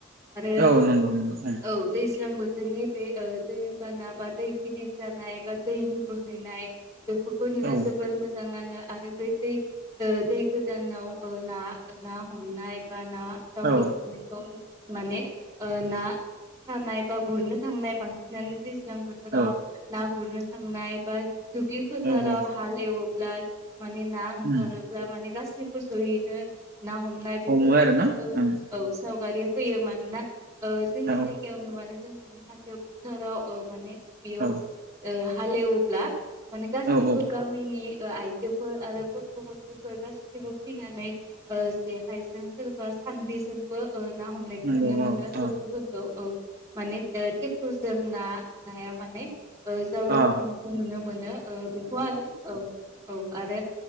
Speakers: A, on the right (about 15°); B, on the right (about 45°).
A: आरो
B: औ नंगौ नंगौ
A: औ दैज्लां बो जोंनि बे ओ दै बाना बा दै गिदिर जानाय बा दैनि बोहैनाय बेफोरखौ नुना
B: ओं
A: जोबोर मो जां नाङो आरो बे दै ओ दै गोदानाव ओ ना-ना हमनाय बा ना जावरिखांनायखौ
B: औ
A: माने ओ ना सानाय बा गुरनो थांनाय बांसिनानो सिगां बोथोराव
B: औ
A: ना गुरनो थांनाय बा दुब्लि फोथाराव
B: औ औ
A: हाल एव ब्ला माने ना ओंखारोब्ला
B: उम
A: माने गासैबो जयैनो ना हमनाय बेफोरबायदि
B: हमो आरो न
A: ओ
B: ओं
A: औ सावगारि फैयो मानोना ओ जोंनि
B: औ
A: जायगायावनो माने जोंहानि खाथियाव फोथाराव ओ माने बेयाव
B: औ
A: ओ हालेवोब्ला माने गासैबो
B: औ औ
A: गामिनि ओ आइजोफोर आरो गथ गथ गथायाइफोर गासिबो फैनानै जेखाइजों सोरबा सान्द्रिजोंबो ओ ना हमनायखौ
B: नंगौ
A: नुनो
B: औ
A: मोनो
B: औ
A: गथफोरखौ औ माने <inaudible> जों ना नाया माने जावरिखांनायखौ
B: अ
A: नुनो मोनो बेखौ आरो औ औ आरो।